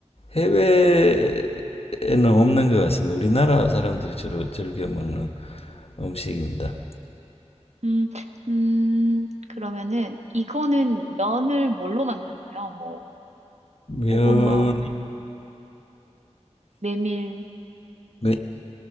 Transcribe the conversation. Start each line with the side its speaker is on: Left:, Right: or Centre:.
Left: 해외에는 없는 것 같습니다. 우리나라 사람들이 주로 즐겨 먹는 음식입니다.
Right: 음, 음, 그러면은 이거는 면을 뭘로 만드나요? 뭐
Left: 면,
Right: 고구마, 메밀,
Left: 면